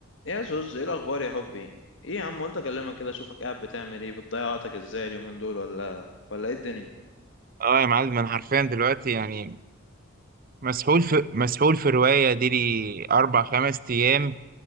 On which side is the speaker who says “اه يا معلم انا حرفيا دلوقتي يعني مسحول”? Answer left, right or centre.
Right